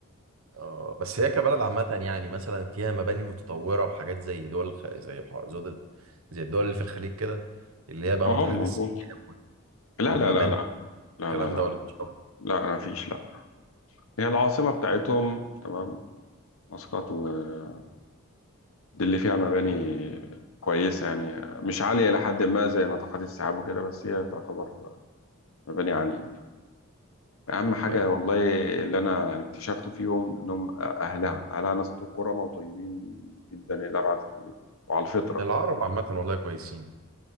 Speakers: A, on the right (about 70°); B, on the left (about 70°).
A: آه بس هي كبلد عامة يعني مثلا فيها مباني متطورة وحاجات زي دول الخ... زي بح- زود... زي الدول اللي في الخليج كده اللي هي بقى
B: اه
A: ناطحات
B: موجود
A: السحاب وال-
B: لا
A: والمباني
B: لا لا لا
A: والكلام
B: لا لا لا
A: ده ولا مش قوي؟
B: لا ما فيش لا هي العاصمة بتاعتهم تمام مسقط ودي اللي فيها مباني كويسة يعني مش عالية إلى حد ما زي ناطحات السحاب وكده بس هي تعتبر مباني عالية اهم حاجه
A: ولا إيه؟
B: والله اللي انا يعني اكتشفته فيهم انهم اهلها اهلها ناس طو- كرمى وطيبين جدا الى ابعد الحدود وعلى الفطره
A: العرب
B: كده
A: عامة والله كويسين